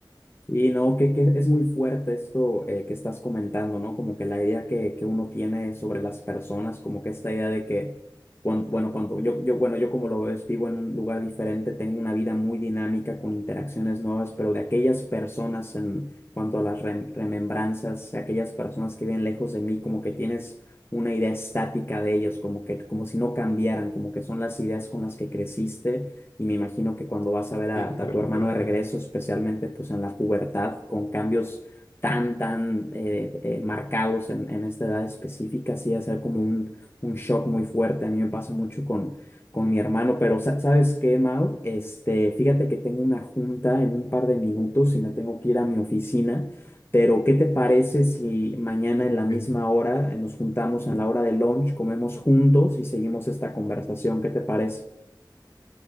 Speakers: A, on the left; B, on the left.
A: Y no, que, que es muy fuerte esto eh, que estás comentando, ¿no? Como que la idea que, que uno tiene sobre las personas, como que esta idea de que, cuan- bueno, cuando yo, yo, bueno, yo como lo ves, vivo en un lugar diferente, tengo una vida muy dinámica con interacciones nuevas, pero de aquellas personas en cuanto a las rem- remembranzas, aquellas personas que viven lejos de mí, como que tienes una idea estática de ellos, como que, como si no cambiaran, como que son las ideas con las que creciste y me imagino que cuando vas a ver a,
B: Sí, claro.
A: a tu hermano de regreso, especialmente pues en la pubertad, con cambios tan, tan eh, eh, marcados en, en esta edad específica, sí, va a ser como un, un shock muy fuerte. A mí me pasa mucho con, con mi hermano, pero sa- ¿sabes qué, Mau? Este, fíjate que tengo una junta en un par de minutos y me tengo que ir a mi oficina. Pero, ¿qué te parece si mañana en la
B: ok.
A: misma hora eh, nos juntamos en la hora de lunch, comemos juntos y seguimos esta conversación? ¿Qué te parece?